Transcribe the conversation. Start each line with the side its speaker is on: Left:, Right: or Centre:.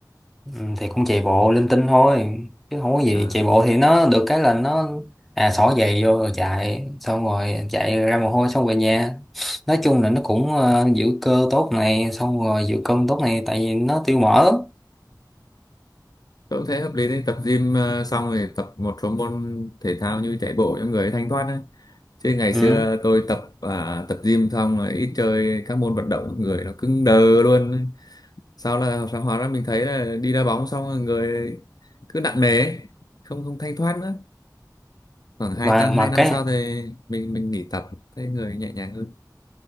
Centre: Ừ, thì cũng chạy bộ linh tinh thôi chứ không có gì
Left: à
Centre: chạy bộ thì nó được cái là nó à xỏ giày vô rồi chạy xong rồi chạy ra mồ hôi xong về nhà nói chung là nó cũng ờ, giữ cơ tốt này xong rồi giữ cân tốt này tại vì nó tiêu mỡ
Left: tôi cũng thấy hợp lý đấy tập gym ờ, xong rồi tập một số môn thể thao như chạy bộ cho người thanh thoát ấy. chứ ngày
Centre: ừ.
Left: xưa tôi tập à, tập gym xong rồi ít chơi các môn vận động người nó cứng đờ luôn ấy. sau là phải hóa ra mình thấy là đi đá bóng xong rồi người cứ nặng nề ấy, không không thanh thoát nữa khoảng hai
Centre: mà
Left: ta
Centre: mà
Left: hai năm
Centre: cái
Left: sau thì mình mình nghỉ tập thấy người nhẹ nhàng hơn